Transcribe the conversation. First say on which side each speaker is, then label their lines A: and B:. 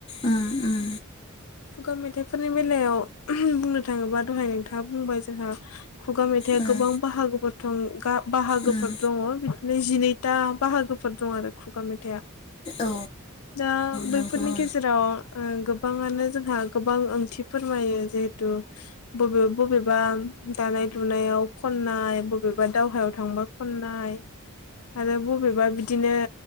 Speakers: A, on the left; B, on the left.
A: उम उम
B: खुगा मेथाइफोरनि बेलायाव बुंनो थाङोबा दहाय नोंथाङा बुंबाय जोंहा खुगा मेथाइआ
A: उम
B: गोबां बाहागोफोर दं बाहागोफोर
A: उम
B: दङ नैजिनैता बाहागोफोर दं आरो खुगा मेथाइआ
A: औ
B: दा बैफोरनि
A: नंगौ
B: गेजेराव गोब बाङानो जोंहा गोबां ओंथि फोरमायो जिहेथु बबे बबेबा दानाय लुनायाव खननाय बबेबा दावहायाव थांबा खननाय आरो बबेबा बिदिनो